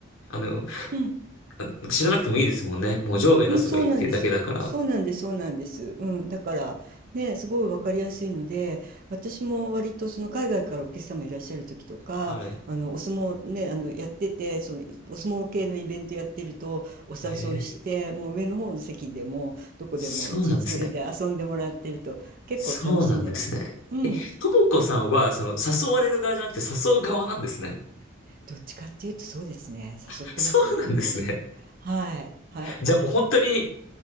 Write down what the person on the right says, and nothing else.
うん、
うん、そうなんです。そうなんです、そうなんです。うん、だから、ね、すごい分かりやすいので、私も割とその海外からお客様いらっしゃる時とか、
あのお相撲ね、あのやってて、そのお相撲系のイベントやってるとお誘いして、
もう上の方の席でもどこでも一日それで遊んでもらってると結構楽しんでます。
うん。
どっちかっていうとそうですね、
誘ってます、
いろんな人。はい、はい。